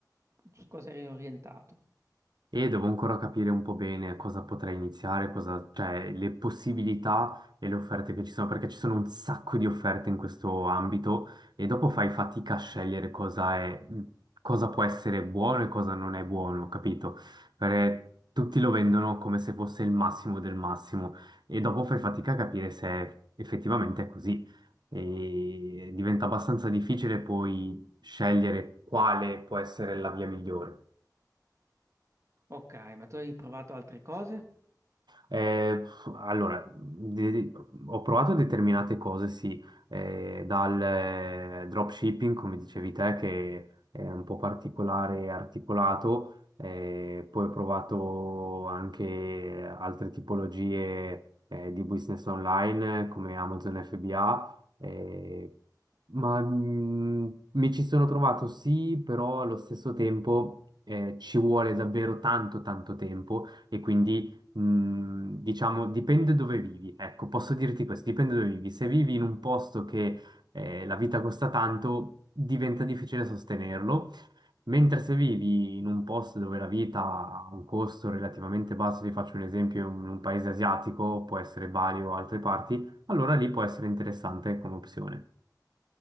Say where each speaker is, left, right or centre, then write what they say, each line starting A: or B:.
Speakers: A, on the right; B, on the right.
A: su cosa eri orientato?
B: E devo ancora capire un po' bene cosa potrei iniziare, cosa, cioè le possibilità e le offerte che ci sono, perché ci sono un sacco di offerte in questo ambito e dopo fai fatica a scegliere cosa è, cosa può essere buono e cosa non è buono, capito? Perché tutti lo vendono come se fosse il massimo del massimo e dopo fai fatica a capire se effettivamente è così. E diventa abbastanza difficile poi scegliere quale può essere la via migliore.
A: Ok, ma tu hai provato altre cose?
B: Eh, allora, di- di- ho provato determinate cose, sì, eh, dal eh, dropshipping, come dicevi te, che è un po' particolare e articolato, eh, poi ho provato anche altre tipologie eh, di business online, come Amazon FBA, eh, ma mh, mi ci sono trovato sì, però allo stesso tempo eh, ci vuole davvero tanto tanto tempo e quindi Mm, diciamo, dipende dove vivi. Ecco, posso dirti questo, dipende dove vivi. Se vivi in un posto che eh, la vita costa tanto, diventa difficile sostenerlo, mentre se vivi in un posto dove la vita ha un costo relativamente basso, ti faccio un esempio, in un paese asiatico, può essere Bali o altre parti, allora lì può essere interessante come opzione.